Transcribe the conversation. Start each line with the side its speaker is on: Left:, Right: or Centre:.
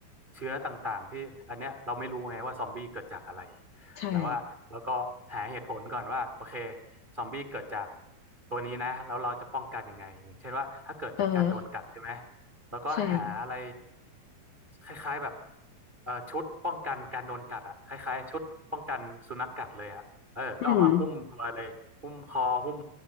Right: เชื้อต่างๆที่อันเนี้ยเราไม่รู้ไงว่าซอมบี้เกิดจากอะไร
Left: ใช่
Right: แต่ว่าแล้วก็หาเหตุผลก่อนว่าโอเคซอมบี้เกิดจากตัวนี้นะแล้วเราจะป้องกันยังไงอย่างเช่นว่าถ้าเกิดจากการโดนกัดใช่ไหม
Left: อ่าฮะ
Right: แล้วก็หาอะไร
Left: ใช่
Right: คล้ายๆแบบเอ่อชุดป้องกันการโดนกัดอ่ะคล้ายๆชุดป้องกันสุนัขกัดเลยอ่ะเออก็เอามาหุ้มตัวเลยหุ้มคอหุ้ม
Left: อืม